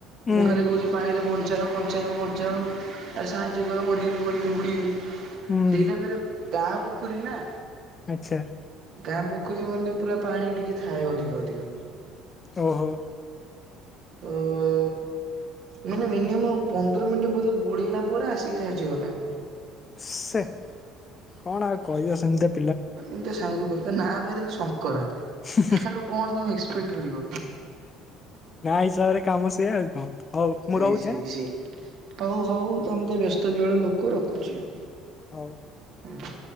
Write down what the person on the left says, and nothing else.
ହୁଁ
ହୁଁ
ଆଚ୍ଛା।
ଓହୋ।
ସେ କଣ ଆଉ କହିବ ସେମତିଆ
ନା
ହିସାବରେ କାମ ସେଏ ଆଉ କଣ। ହଉ
ମୁଁ ରହୁଛି
ଆଁ
ହଉ